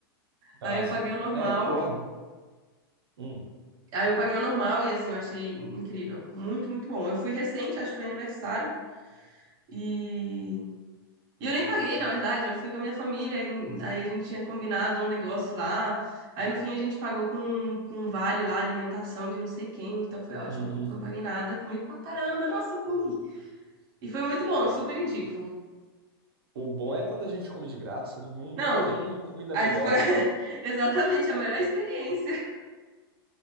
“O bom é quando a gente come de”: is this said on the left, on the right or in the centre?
Right